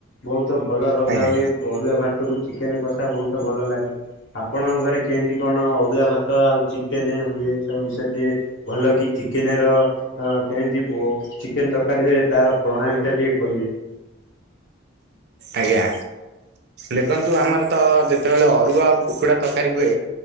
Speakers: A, on the left; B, on the right.
A: ବହୁତ୍ ଭଲ ରନ୍ଧା
B: ଆଜ୍ଞା
A: ହୁଏ ଅରୁଆ ଭାତ କୁ ଚିକେନ୍ କଷା ବହୁତ୍ ଭଲ ଲାଗେ। ଆପଣଙ୍କ ଘରେ କେମତି କଣ ଅରୁଆ ଭାତ ଆଉ ଚିକେନ୍ ହୁଏ ସବୁ ବିଷୟରେ ଟିକେ ଭଲ କି ଚିକେନ୍ ର ହଁ କେମିତି ବୋ ଚିକେନ୍ ତରକାରୀ ହୁଏ ତାର ପ୍ରଣାଳୀ ଟା ଟିକେ କହିବେ?
B: ଆଜ୍ଞା। ଦେଖନ୍ତୁ ଆମର ତ ଯେତେବେଳେ ଅରୁଆ ଆଉ କୁକୁଡା ତରକାରୀ ହୁଏ